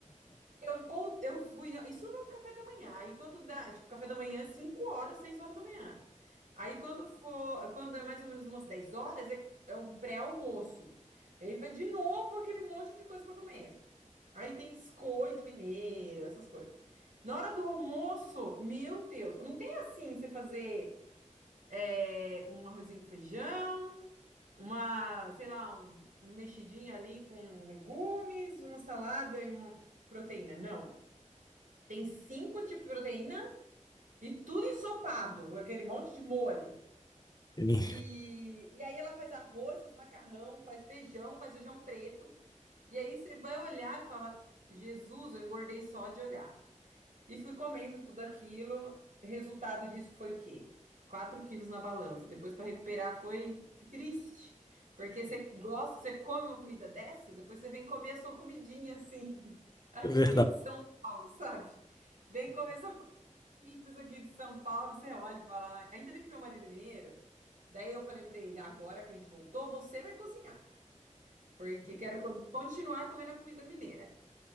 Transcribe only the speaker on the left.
Sim,
É verdade.